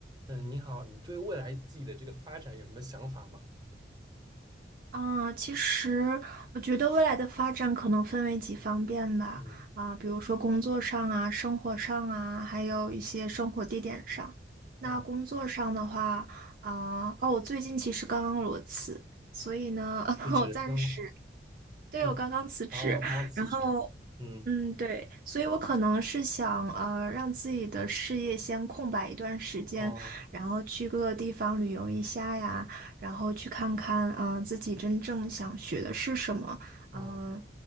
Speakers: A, on the right; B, on the right.
A: 嗯，你好，你对未来自己的这个发展有什么想法吗？
B: 啊，其实我觉得未来的发展可能分为几方面吧，
A: 嗯
B: 啊，比如说工作上啊、生活上啊，
A: 嗯，
B: 还有一些生活地点上。那工作上的话，
A: 哦，
B: 啊，哦，我最近其实刚刚裸辞，所以呢，<laughs>
A: 辞职刚
B: 我暂时，对，
A: 你
B: 我刚刚辞职，
A: 哦，刚刚辞职，
B: 然后。
A: 嗯，
B: 嗯，对，所以我可能是想，呃，让自己的事业先空白一段时间，
A: 哦
B: 然后去各个地方旅游一下呀，然后去看看，啊、自己真正想学的是什么。
A: 哦，
B: 嗯、